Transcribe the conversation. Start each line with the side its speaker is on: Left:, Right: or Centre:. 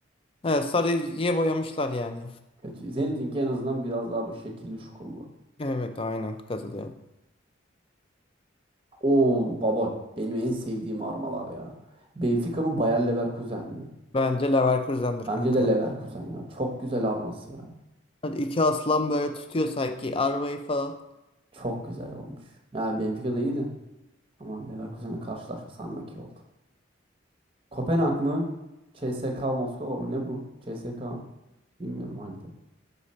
Left: evet, sarıya boyamışlar yani.
Right: Kötü. Zenit'inki en azından biraz daha bir şekilli şukullu.
Left: Evet aynen katılıyorum.
Right: Oo baba benim en sevdiğim armalar ya. Benfica mı Bayer Leverkusen mi?
Left: Bence Leverkusen'dir
Right: Bence
Left: kanka.
Right: de Leverkusen ya. Çok güzel arması ya.
Left: Hadi iki aslan böyle tutuyor sanki arabayı falan.
Right: Çok güzel olmuş. Yani Benfica da iyiydi. Ama Leverkusen'le karşılaşma sanmaki oldu. Kopenhag mı? CSKA Moskova mı? Ne bu? CSKA. Bilmiyorum hangi takım.